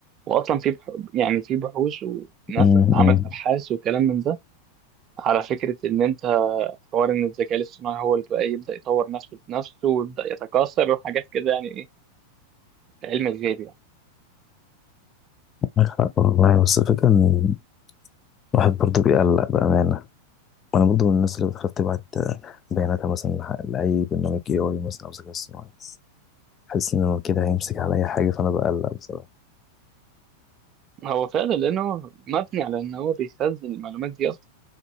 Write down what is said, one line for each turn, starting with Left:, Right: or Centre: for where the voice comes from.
Right: وأصلا في بح... يعني في بحوث وناس
Left: امم
Right: عملت أبحاث وكلام من ده على فكرة إن أنت حوار إن الذكاء الاصطناعي هو اللي بقى يبدأ يطور نفسه بنفسه ويبدأ يتكاثر وحاجات كده يعني إيه علم الغيب يعني
Left: معاك حق والله بس الفكره ان الواحد برضه بيقلق بأمانة وانا برضو من الناس اللي بتخاف تبعت بياناتها مثلا لح- لاي برنامج اي اي مثلا او ذكاء اصطناعي حاسس ان هو كده هيمسك على اي حاجه فانا بقلق بصراحه
Right: هو فعلا لأنه مبني على إن هو بيخزن المعلومات دي أصلا